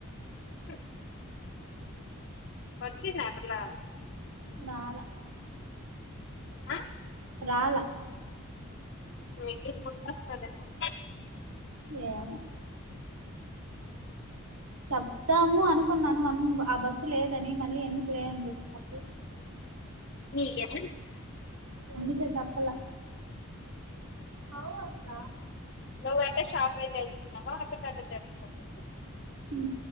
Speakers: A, on the left; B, on the right.
A: చె వచ్చిందా ఆ పిల్లా
B: నాల
A: ఆ
B: రాల
A: మీిలి ముట్టస్తద మ
B: ఏమో చెప్ధము అను కున్నాను వన్ ఆ బస్సు లేదని మళ్ళీ ఎందుకు లేని చెప్పి చెప్లే
A: జీర
B: ఎందుకా చెప్పలా అవు అక్క
A: నువ్వ అంటే షాప్ అ తెలుసుకున్నావు హపీ టర్ తెలుసుకుందండి
B: ఉ